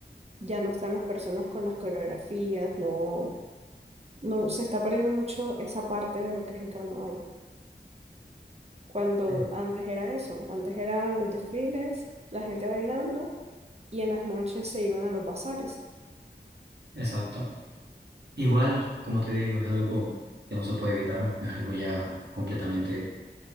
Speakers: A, on the right; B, on the right.
A: ya no están las personas con las coreografías, no, no, se está perdiendo mucho esa parte de lo que es el carnaval. Cuando
B: Sí,
A: antes era eso, antes eran los desfiles, la gente bailando y en las noches se iban a los bazares.
B: exacto. Igual, como te digo, es algo que no se puede evitar, es algo ya completamente